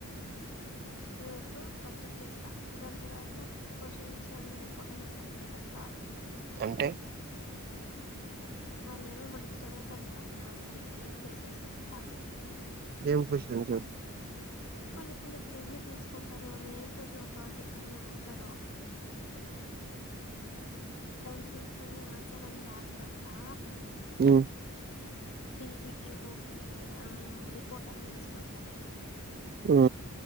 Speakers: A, on the left; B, on the right.
A: <unintelligible> ప చేస్తా దాని తర్వాత క్వశ్చన్స్ అన్ని రిపోర్ట్ అని చేసి పెట్టేస్తా
B: అంటే
A: వాళ్ళు ఏమేమి అడుగుతారో దానికి అన్ని ఆన్సర్లనే చేసేస్త
B: ఏం క్వాషన్స్ చెప్పు
A: మళ్ళీ ఇప్పుడు నీకు రివ్యూ తీసుకుంటారు నువ్వు ఏం చేసినా ప్రాజెక్ట్ అన్ని అడుగుతారు దాని గురించి అన్ని ఆన్సర్లు అన్ని రాసి పెడతా
B: హు
A: పిపిటిలు పి రిపోర్టన్ని చేసి పెడతలే
B: ఆ